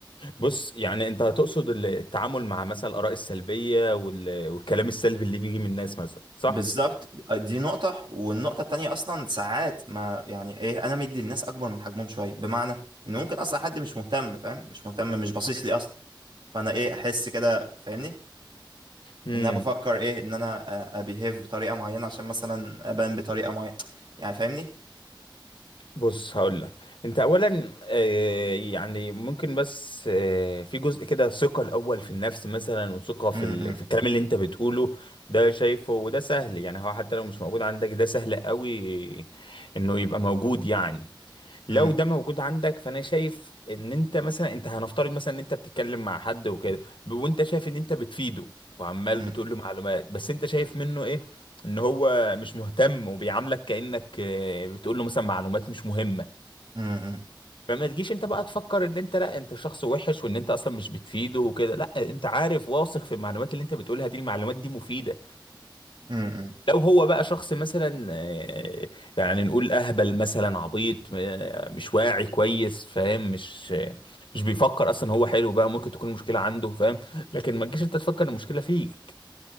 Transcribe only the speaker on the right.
بالظبط دي نقطة والنقطة التانية أصلا ساعات ما يعني إيه أنا مدي للناس أكبر من حجمهم شوية بمعنى إن ممكن أصلا حد مش مهتم فاهم مش مهتم مش باصص لي أصلا فأنا إيه أحس كده فاهمني
ان انا بفكر ايه ان انا أ- ابيهيف بطريقه معينه عشان مثلا ابان بطريقه معينه يعني فاهمني
امم
امم
امم
امم
امم